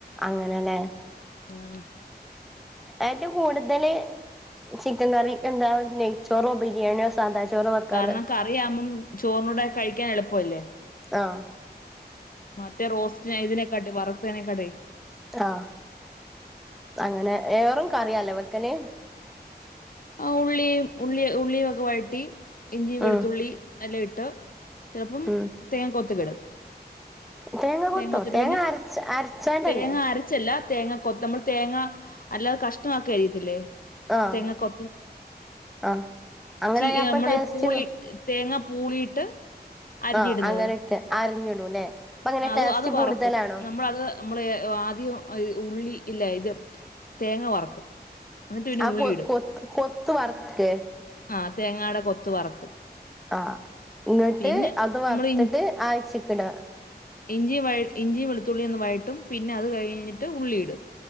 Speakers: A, in the centre; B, on the left.
A: അങ്ങനല്ലേ
B: ആഹ്
A: ഏറ്റവും കൂട്തല് ചിക്കൻ കറി <unintelligible> ടോറോബിൻ ബിരിയാണിയോ സാദാച്ചോറോ വെക്കാറ്
B: കാരണം കറിയാകുമ്പം ചോറിനൂടെ കഴിക്കാൻ എളപ്പൊല്ലേ
A: ആഹ്
B: മറ്റേ റോസ്റ്റ് ഇതിനെക്കട്ടി വറ് മറ്റേനെക്കാട്ടി
A: ആ അങ്ങനെ ഏറു കറിയാലെ വെക്കല്
B: ആ ഉള്ളിയും ഉള്ളി ഉള്ളിയൊക്കെ വയട്ടി ഇഞ്ചി, വെളുത്തുള്ളി,
A: ഉം
B: അയല്ട്ട് ചെലപ്പം
A: ഉം
B: തേങ്ങാ കൊത്തക്കിടും
A: തേങ്ങ കൊത്തോ
B: തേങ്ങാ കൊത്തിട്ട്
A: തേങ്ങ
B: പിന്നെ
A: അരച്ച അരച്ചാണ്ടല്ലേ
B: തേങ്ങ അരച്ചല്ല തേങ്ങ കൊത്തമ്പള് തേങ്ങ അല്ലാതെ കഷ്ണാക്കി അരിയത്തില്ലേ
A: ആഹ്
B: തെങ്ങ കൊ
A: ആഹ് അങ്ങനായ
B: ച്ചീ
A: അപ്പം
B: നമ്മള്
A: ടേസ്റ്റ്
B: പൂളി തേങ്ങ പൂളിട്ട് അരിഞ്ഞിടുന്നത്
A: ആഹ് അങ്ങനെ ഇട്ട് അരിഞ്ഞിടൂല്ലേ അപ്പൊ അങ്ങനെ
B: അത്
A: ടേസ്റ്റ്
B: അത് വറക്കും
A: കൂടുതലാണോ
B: നമ്മളത് നമ്മ ആദ്യ ഉളളി ഇല്ല ഇത് തേങ്ങ വറക്കും എന്നിട്ട് പിന്നെ
A: ആ
B: ഉള്ളി
A: കൊ
B: ഇടും
A: കൊത്തു കൊത്ത് വർക്കെ
B: ആ തേങ്ങാടെ കൊത്ത് വറക്കും
A: ആ ഇങ്ങട്ട്
B: പിന്നെ
A: അത് വറത്തിട്ട്
B: നമ്മള്
A: അയച്ചിക്ക്ടാ
B: ഇഞ്ചിയും ഇഞ്ചിയും വെളുത്തുള്ളി ഒന്ന് വഴട്ടും പിന്നെ അത് കഴിഞ്ഞിട്ട് ഉള്ളിയിടും